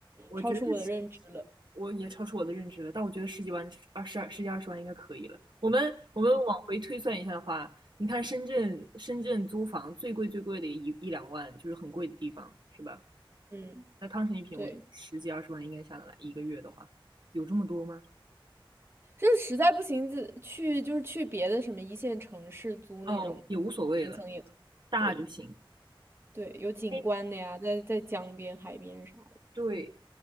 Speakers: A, on the right (about 55°); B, on the right (about 25°).
A: 我觉得是
B: 超出我的认知了。
A: 我也超出我的认知了，但我觉得十几万、二十二、十几二十万应该可以了。我们我们往回推算一下的话，你看深圳深圳租房最贵最贵的一一两万，就是很贵的地方，是吧？
B: 嗯，
A: 那汤臣一品，
B: 对。
A: 我十几二十万应该下得来，一个月的话，有这么多吗？
B: 就是实在不行，自去就是去别的什么一线城市租那种平层也可以对
A: 哦，也无所谓了，大就行。
B: 对，有景观的呀，
A: 哎
B: 在在江边、海边啥的。
A: 对，